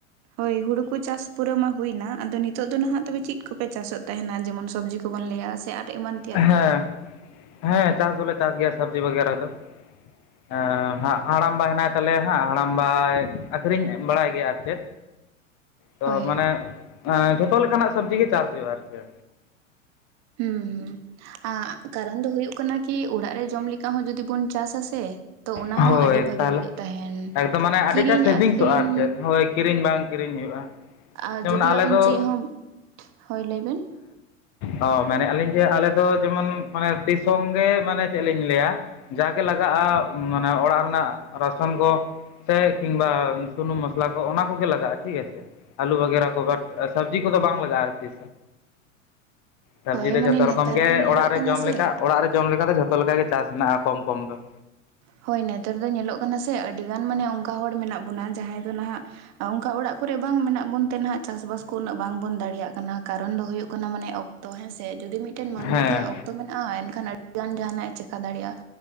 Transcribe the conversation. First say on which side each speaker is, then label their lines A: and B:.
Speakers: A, on the right (about 40°); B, on the left (about 45°).
A: ᱦᱳᱭ ᱦᱩᱲᱩ ᱠᱚ ᱪᱟᱥ ᱯᱩᱨᱟᱹ ᱢᱟ ᱦᱩᱭᱱᱟ ᱦᱳᱭ ᱦᱩᱲᱩ ᱠᱚ ᱪᱟᱥ ᱦᱩᱭ ᱱᱟ ᱟᱫᱚ ᱱᱤᱛᱚᱜ ᱫᱚ ᱱᱟᱦᱟᱜ ᱛᱚᱵᱮ ᱪᱮᱫ ᱠᱚᱯᱮ ᱪᱟᱥᱮᱫ ᱛ ᱛᱟᱦᱮᱱᱟ ᱡᱮᱢᱚᱱ ᱥᱚᱵᱡᱤ ᱠᱚᱼᱼ ᱵᱚᱱ ᱞᱟᱹᱭᱟ ᱥᱮ ᱟᱨ ᱮᱢᱟᱱᱼᱼ
B: ᱦᱮᱸ ᱦᱮᱸ ᱪᱟᱥ ᱫᱚᱞᱮ ᱪᱟᱥ ᱜᱮᱭᱟ ᱥᱚᱵᱽᱡᱤ ᱵᱟᱟᱜᱨᱟ ᱫᱚᱼᱼ ᱦᱮᱸ ᱦᱟᱸᱜ ᱦᱟᱲᱟᱢᱵᱟ ᱦᱮᱱᱟᱭ ᱛᱟᱞᱮᱭᱟ ᱦᱟᱸᱜ, ᱦᱟᱲᱟᱢ ᱵᱟᱭ ᱟᱹᱠᱷᱨᱤᱧ ᱵᱟᱲᱟᱭ ᱜᱮᱭᱟ ᱟᱨ ᱪᱮᱫ᱾ ᱛᱚ
A: ᱦᱳᱭ
B: ᱢᱟᱱᱮ ᱦᱮᱸ ᱡᱷᱚᱛᱚ ᱞᱮᱠᱟᱱᱟᱜ ᱥᱚᱵᱡᱤ ᱜᱮ ᱪᱟᱥ ᱦᱩᱭᱩᱜᱼᱟ ᱟᱨᱠᱤ᱾
A: ᱦᱩᱸ ᱦᱩᱸ ᱟᱸᱜ ᱠᱟᱨᱚᱱ ᱫᱚ ᱦᱩᱭᱩᱜ ᱠᱟᱱᱟ ᱠᱤ ᱚᱲᱟᱜ ᱨᱮ ᱡᱚᱢ ᱞᱮᱠᱟ ᱦᱚᱸ ᱡᱩᱫᱤ ᱵᱚᱱ ᱪᱟᱥ ᱟᱥᱮ ᱛᱚ ᱚᱱᱟ
B: ᱦᱳᱭ
A: ᱦᱚᱸ ᱟᱹᱰᱤ ᱵᱷᱟᱜᱤ
B: ᱛᱟᱦᱚᱞᱮ
A: ᱦᱩᱭᱩᱜ ᱛᱟᱦᱮᱱ,
B: ᱮᱠᱫᱚᱢ ᱢᱟᱱᱮ
A: ᱠᱤᱨᱤᱧ
B: ᱟᱹᱰᱤᱴᱟ ᱥᱮᱵᱷᱤᱝᱥᱚᱜᱼᱟ
A: ᱟᱹᱠᱷᱨᱤᱧ
B: ᱟᱨ ᱪᱮᱫ ᱦᱳᱭ ᱠᱤᱨᱤᱧ ᱵᱟᱝ ᱠᱤᱨᱤᱧ ᱦᱩᱭᱩᱜᱼᱟ᱾
A: ᱟᱨ
B: ᱡᱮᱢᱚᱱ
A: ᱡᱩᱫᱤ
B: ᱟᱞᱮ
A: ᱟᱵᱮᱱ
B: ᱫᱚ
A: ᱪᱮᱫ ᱦᱚᱸ, ᱦᱳᱭ ᱞᱟᱹᱭ ᱵᱮᱱ?
B: ᱦᱚᱸ ᱢᱮᱱᱮᱫ ᱟᱹᱞᱤᱧ ᱡᱮ ᱟᱞᱮ ᱫᱚ ᱡᱮᱢᱚᱱ ᱢᱟᱱᱮ ᱛᱤᱥ ᱦᱚᱸᱜ ᱜᱮ ᱢᱟᱱᱮ ᱪᱮᱫ ᱞᱤᱧ ᱞᱟᱹᱭᱟ ᱡᱟ ᱜᱮ ᱞᱟᱜᱟᱜᱼᱟ ᱢᱟᱱᱮ ᱚᱲᱟᱜ ᱨᱮᱱᱟᱜ ᱨᱟᱥᱚᱱ ᱠᱚ᱾ ᱥᱮ ᱠᱤᱢᱵᱟ ᱥᱩᱱᱩᱢ ᱢᱚᱥᱞᱟ ᱠᱚ ᱚᱱᱟ ᱠᱚᱜᱮ ᱞᱟᱜᱟᱜᱼᱟ ᱴᱷᱤᱠ ᱟᱪᱷᱮ᱾ ᱟᱹᱞᱩ ᱵᱮᱜᱮᱨᱟ ᱠᱚ ᱵᱟᱴ ᱥᱟᱵᱽᱡᱤ ᱠᱚᱫᱚ ᱵᱟᱝ ᱞᱟᱜᱟᱜᱼᱟ ᱟᱨᱠᱤ, ᱥᱚᱵᱽᱡᱤ
A: ᱦᱳᱭ
B: ᱫᱚ ᱡᱷᱚᱛᱚ
A: ᱢᱟᱱᱮ
B: ᱨᱚᱠᱚᱢ
A: ᱱᱮᱛᱟᱨ
B: ᱜᱮ
A: ᱫᱚ ᱧᱮᱞᱚᱜ
B: ᱚᱲᱟᱜ ᱨᱮ
A: ᱠᱟᱱᱟ
B: ᱡᱚᱢ
A: ᱥᱮ
B: ᱞᱮᱠᱟ ᱚᱲᱟᱜ ᱨᱮ ᱡᱚᱢ ᱞᱮᱠᱟ ᱫᱚ ᱡᱷᱚᱛᱚ ᱞᱮᱠᱟᱜᱮ ᱪᱟᱥ ᱦᱮᱱᱟᱜ-ᱟ ᱠᱚᱢ ᱠᱚᱢ ᱫᱚ᱾
A: ᱦᱳᱭ ᱱᱮᱛᱟᱨ ᱫᱚ ᱧᱮᱞᱚᱜ ᱠᱟᱱᱟ ᱥᱮ ᱟᱹᱰᱤ ᱜᱟᱱ ᱢᱟᱱᱮ ᱚᱱᱠᱟ ᱦᱚᱲ ᱢᱮᱱᱟᱜ ᱵᱚᱱᱟ ᱡᱟᱦᱟᱸᱭ ᱫᱚ ᱱᱟᱦᱟᱜ ᱚᱝᱠᱟ ᱚᱲᱟᱜ ᱠᱚᱨᱮᱜ ᱵᱟᱝ ᱢᱮᱱᱟᱜ ᱵᱚᱱ ᱛᱮ ᱱᱟᱦᱟᱜ ᱪᱟᱥ ᱵᱟᱥ ᱠᱚ ᱩᱱᱟᱹᱜ ᱵᱟᱝ ᱵᱚᱱ ᱫᱟᱲᱮᱭᱟᱜ ᱠᱟᱱᱟ ᱠᱟᱨᱚᱱ ᱫᱚ ᱦᱩᱭᱩᱜ ᱠᱟᱱᱟ ᱢᱟᱱᱮ ᱚ ᱛᱚ ᱦᱮᱸ ᱥᱮ ᱡᱩᱫᱤ ᱢᱤᱫ ᱢᱤᱫ ᱴᱮᱱ ᱢᱟᱹᱱᱢᱤ
B: ᱦᱮᱸ
A: ᱴᱷᱮᱱ ᱚᱠᱛᱚ ᱢᱮᱱᱟᱜᱼᱟ ᱮᱱᱠᱷᱟᱱ ᱟᱹᱰᱤ ᱜᱟᱱ ᱡᱟᱦᱟᱱᱟᱜ ᱮ ᱪᱮᱠᱟ ᱫᱟᱲᱮᱭᱟᱜᱼᱟ,